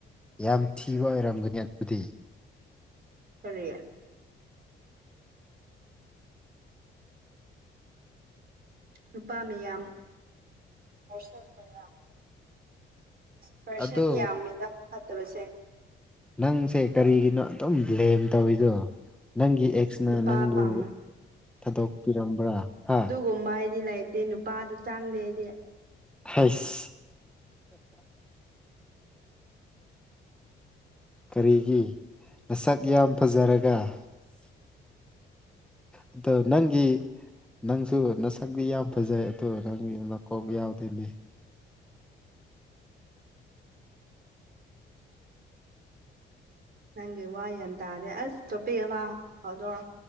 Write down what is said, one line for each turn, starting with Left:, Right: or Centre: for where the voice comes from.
Centre: ꯌꯥꯝ ꯊꯤꯕ ꯑꯣꯏꯔꯝꯒꯅꯤ ꯑꯗꯨꯗꯤ
Right: ꯐꯔꯦ ꯅꯨꯄꯥ ꯃꯌꯥꯝꯁ ꯃꯌꯥꯝ ꯄꯔꯁꯟ
Centre: ꯑꯗꯣ
Right: ꯌꯥꯝꯃꯦꯗ ꯐꯠꯇꯕꯁꯦ
Centre: ꯅꯪꯁꯦ ꯀꯔꯤꯒꯤꯅꯣ ꯑꯗꯨꯝ ꯕ꯭ꯂꯦꯝ ꯇꯧꯏꯗꯣ ꯅꯪꯒꯤ ꯑꯦꯛꯁꯅ
Right: ꯅꯨꯄꯥ
Centre: ꯅꯪꯕꯨ
Right: ꯄꯥꯝꯃꯦ
Centre: ꯊꯥꯗꯣꯛꯄꯤꯔꯝꯕ꯭ꯔꯥ ꯍꯥ
Right: ꯀꯨꯝꯕ ꯍꯥꯏꯗꯤ ꯂꯩꯇꯦ ꯅꯨꯄꯥꯗꯨ ꯆꯥꯡꯗꯦ ꯍꯥꯏꯗꯤ
Centre: ꯍꯁ ꯀꯔꯤꯒꯤ ꯃꯁꯛ ꯌꯥꯝ ꯐꯖꯔꯒ ꯑ ꯑꯗꯣ ꯅꯪꯒꯤ ꯅꯪꯁꯨ ꯅꯁꯛꯇꯛꯇꯤ ꯌꯥꯝ ꯐꯖꯩ ꯑꯗꯨ ꯅꯪꯒꯤ ꯃꯀꯣꯛ ꯌꯥꯎꯗꯅꯦ
Right: ꯅꯪꯒꯤ ꯋꯥ ꯌꯥꯟ ꯇꯥꯗꯦ ꯑꯁ ꯇꯣꯄꯤꯛ ꯑꯃ ꯐꯥꯎꯗꯣꯔꯣ